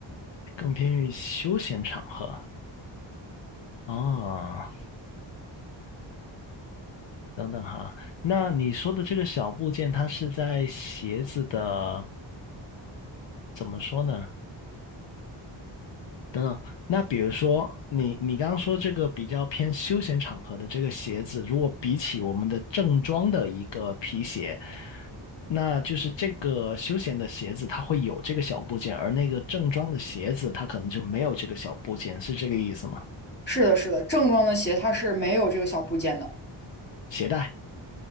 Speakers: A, on the left; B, on the left.
A: 更偏于休闲场合啊。等等哈，那你说的这个小部件，它是在鞋子的，怎么说呢？等等，那比如说你你刚刚说这个比较偏休闲场合的这个鞋子，如果比起我们的正装的一个皮鞋，那就是这个休闲的鞋子它会有这个小部件，而那个正装的鞋子它可能就没有这个小部件，是这个意思吗？
B: 是的，是的，正装的鞋它是没有这个小部件的。
A: 鞋带